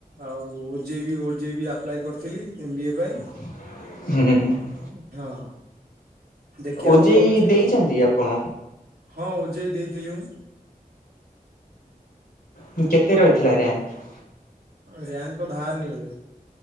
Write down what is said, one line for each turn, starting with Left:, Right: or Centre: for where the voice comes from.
Right: ଆଉ ଓ ଜେଇ ବି ଓ ଜେ ଇ ବିି ଆପ୍ଲାଏ କରିଥିଲି ଏମ୍ ବିଏ ପାଇଁ।
Left: ହୁଁ।
Right: ହଁ ଦେଖିବା
Left: ଓଜେଇ
Right: କଣ ହଉଚି
Left: ଦେଇଛନ୍ତି
Right: ଆଉ।
Left: ଆପଣ?
Right: ହଁ ଓଜେଇ ଦେଇଥିଲି ମୁଁ।
Left: ହୁଁ କେତେ ରହିଥିଲା ରେଆଙ୍କ?
Right: ରିୟାଙ୍କ ବାହାରିନି ଏବେ।